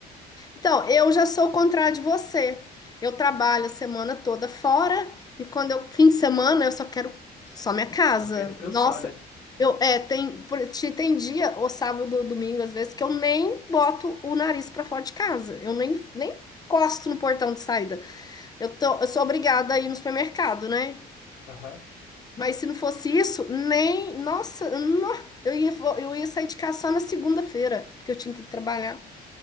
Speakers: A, on the left; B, on the left.
A: Então, eu já sou o contrário de você. Eu trabalho a semana toda fora e quando eu fim de semana eu só quero
B: Só
A: só minha casa.
B: quer descansar,
A: Nossa,
B: né?
A: eu é, tem por- te- tem dia ou sábado ou domingo às vezes que eu nem boto o nariz pra fora de casa. Eu nem nem encosto no portão de saída. Eu tô eu sou obrigada a ir no supermercado, né?
B: Aham.
A: Mas se não fosse isso, nem. Nossa, nó, eu ia, vo- eu ia sair de casa só na segunda-feira, porque eu tinha que trabalhar.